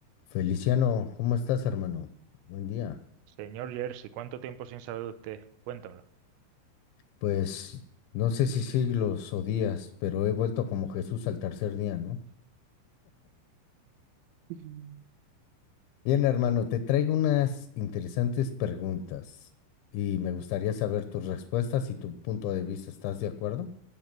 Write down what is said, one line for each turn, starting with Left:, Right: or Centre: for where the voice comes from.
Left: Feliciano, ¿cómo estás, hermano? Buen día.
Right: Señor Jersey, ¿cuánto tiempo sin saber de usted? Cuéntamelo.
Left: Pues no sé si siglos o días, pero he vuelto como Jesús al tercer día, ¿no?
Right: Mm.
Left: Bien, hermano, te traigo unas interesantes preguntas y me gustaría saber tus respuestas y tu punto de vista. ¿Estás de acuerdo?